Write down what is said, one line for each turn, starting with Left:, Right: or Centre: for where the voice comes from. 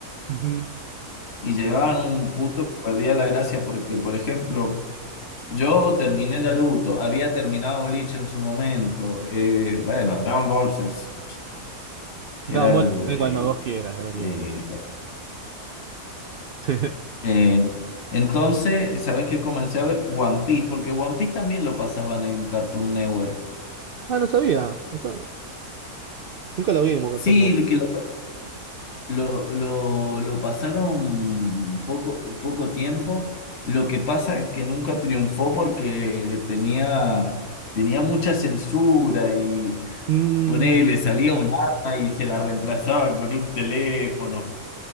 Right: Ujú.
Left: y llegaban a un punto que perdía la gracia. Porque, por ejemplo, yo terminé Naruto, había terminado Bleach en su momento. eh, bueno, Dragon Ball es-
Right: Dragon
Left: era
Right: Ball,
Left: el,
Right: ve
Left: eh,
Right: cuando vos quieras, da lo mismo.
Left: eh,
Right: <laughs>
Left: Eh, entonces, ¿sabes qué? Comencé a ver One Piece, porque One Piece también lo pasaban en Cartoon Network.
Right: Ah, no sabía. Acá. Nunca lo vi en Cartoon
Left: Sí,
Right: Network.
Left: que lo, lo, lo, lo pasaron poco, poco tiempo. Lo que pasa es que nunca triunfó porque tenía, tenía mucha censura y
Right: Mm,
Left: ponele, salía un arma y se la reemplazaba con un teléfono.